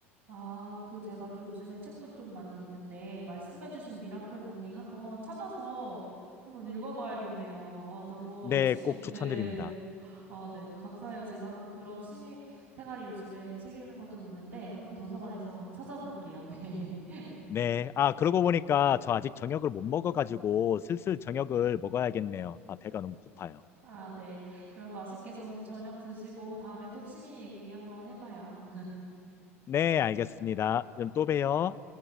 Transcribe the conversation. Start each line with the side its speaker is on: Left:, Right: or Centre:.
Right: 아, 그 제가 좀 요즘에 책도 좀 많이 읽는데 말씀해주신 미라클 모닝 한번 찾아서 한번 읽어봐야겠네요. 아, 너무
Left: 네,
Right: 취미,
Left: 꼭 추천드립니다.
Right: 네. 아, 네. 감사해요. 제가 뭐 그런 취미 생활이 요즘에 책 읽는 것 좀 있는데 한번 도서관에서 찾아볼게요. <laughs>
Left: 네, 아, 그러고 보니까 저 아직 저녁을 못 먹어가지고 슬슬 저녁을 먹어야겠네요. 아, 배가 너무 고파요.
Right: 아, 네. 그럼 맛있게 저, 저녁 드시고 다음에 또 취미 얘기 한번 해봐요.
Left: 네, 알겠습니다. 그럼 또 봬요.